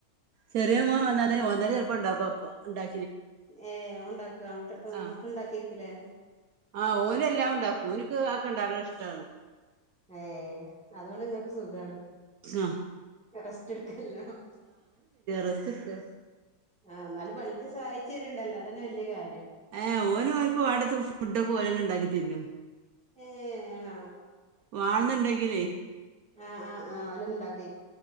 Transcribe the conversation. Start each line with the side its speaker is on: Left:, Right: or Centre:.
Right: ചെറിയ മോൻ വന്നാ തന്നെ ചെലപ്പണ്ടാക്കപ്പൊ ഉണ്ടാ
Centre: ഏ ഓൻ ഉണ്ടാക്കോ ആങ്കുട്ടി
Right: ആഹ്
Centre: മക്കള് ഇണ്ടാക്കെയ്ക്കുലെ?
Right: ആഹ് ഓനെല്ലാം ഉണ്ടാക്കും. ഓന്ക്ക് അതൊക്കെ ഇണ്ടാക്ക്ണ ഇഷ്ടാണ്.
Centre: ഏ അതോണ്ട് ഇങ്ങക്ക് സുഖാണ്.
Right: അ
Centre: റെസ്റ്റ് എടുക്കല്ല
Right: റെസ്റ്റ് എടുക്ക
Centre: ആഹ് എന്നാല് പണിക്ക് സഹായിച്ചുരുണ്ടല്ലോ അതന്നെ വല്യ കാര്യം
Right: ഏ ഓന് ഓന്ക് വേണ്ട ഫുഡൊക്കെ ഓനന്നെ ഉണ്ടാക്കി തിന്നും
Centre: ഏ ആണാ
Right: വാള്ന്നണ്ടെങ്കിലേ
Centre: ആഹ് ആ് ആഹ് അലൊന്നുണ്ടാക്കേ